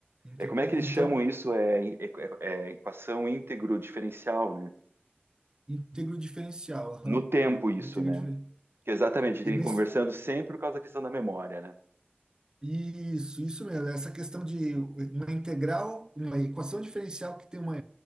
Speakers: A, on the right; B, on the right.
A: entendeu?
B: É, como é que eles
A: Então,
B: chamam isso? É, é, é é equação íntegro diferencial, né?
A: íntegro diferencial, aham.
B: No tempo isso,
A: Íntegro
B: né?
A: dife-
B: Que exatamente, a gente
A: e
B: vem
A: nesse-
B: conversando sempre por causa da questão da memória, né?
A: Isso, isso mesmo. É Essa questão de uma integral, uma equação diferencial que tem uma